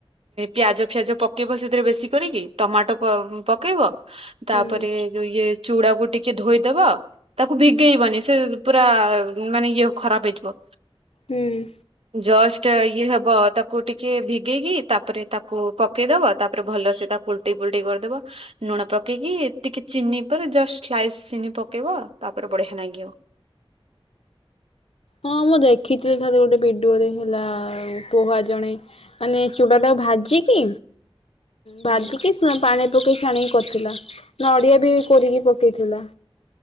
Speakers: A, on the right; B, on the left.
A: ପିଆଜ ଫିଆଜ ପକେଇବ ସେଥିରେ ବେଶୀ କରିକି ଟମାଟ ପକେଇବ
B: ହୁଁ
A: ତାପରେ ଯୋଉ ଇଏ ଚୁଡାକୁ ଟିକେ ଧୋଇଦବ ତାକୁ ଭିଗେଇବନି ସେପୁରା ମାନେ ଇଏ ଖରାପ ହେଇଯିବ
B: ହୁଁ।
A: ଜଷ୍ଟ ଇଏହବ ତାକୁ ଟିକେ ଭିଗେଇକି ତାପରେ ତାକୁ ପକେଇଦବ ତାପରେ ଭଲସେ ତାକୁ ଓଲଟେଇ ଫୁଲଟେଇ କରିଦବ ଲୁଣ ପକେଇକି ଟିକେ ଚିନିପରେ ଜଷ୍ଟ ସ୍ଲାଇସ ଚିନି ପକେଇବ ତାପରେ ବଢିଆ ଲାଗିବ।
B: ହଁ ମୁଁ ଦେଖିଥିଲି ଥରେ ଗୋଟେ ଭିଡିଓରେ ହେଲା ପୋହା ଜଣେ ମାନେ ଚୁଡାଟାକୁ ଭାଜିକି ଭାଜିକି
A: ହୁଁ
B: ପାଣି ପକେଇ ଛାଣିକି କରିଥିଲା ନଡିଆବି କୋରିକି ପକେଇଥିଲା।